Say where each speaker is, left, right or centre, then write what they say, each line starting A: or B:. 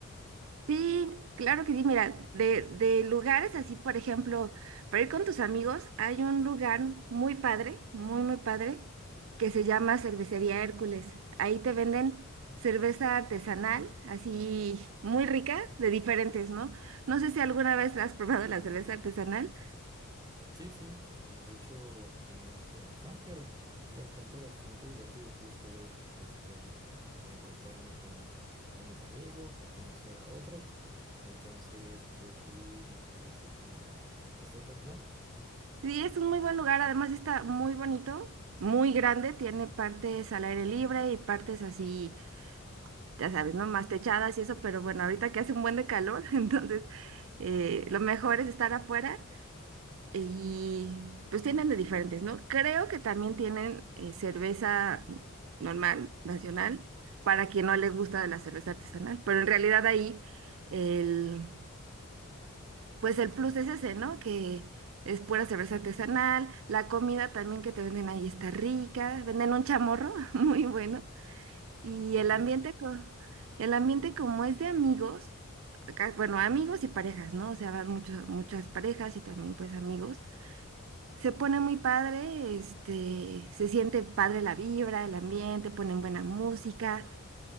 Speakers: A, on the right; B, on the right.
A: Sí, claro que sí. Mira, de, de lugares así, por ejemplo, para ir con tus amigos, hay un lugar muy padre, muy, muy padre, que se llama Cervecería Hércules. Ahí te venden cerveza artesanal, así muy rica, de diferentes, ¿no? No sé si alguna vez has probado la cerveza artesanal.
B: Sí, sí, de hecho no soy un fan, pero lo encuentro bastante divertido y justo voy a ir este, a encontrarme con unos amigos, a conocer a otros. Entonces, pues sí, me parece como este un buen plan.
A: Sí, es un muy buen lugar, además está muy bonito, muy grande, tiene partes al aire libre y partes así ya sabes, ¿no? Más techadas y eso, pero bueno, ahorita que hace un buen de calor, <laughs> entonces eh, lo mejor es estar afuera y pues tienen de diferentes, ¿no? Creo que también tienen eh, cerveza normal, nacional, para quien no les gusta la cerveza artesanal, pero en realidad ahí el, pues el plus es ese, ¿no? Que es pura cerveza artesanal, la comida también que te venden ahí está rica, venden un chamorro <laughs> muy bueno y
B: Ok,
A: el ambiente, co- el ambiente como es de amigos, ca- bueno, amigos y parejas, ¿no? O sea, van muchos, muchas parejas y también pues amigos. Se pone muy padre, este, se siente padre la vibra, el ambiente, ponen buena música.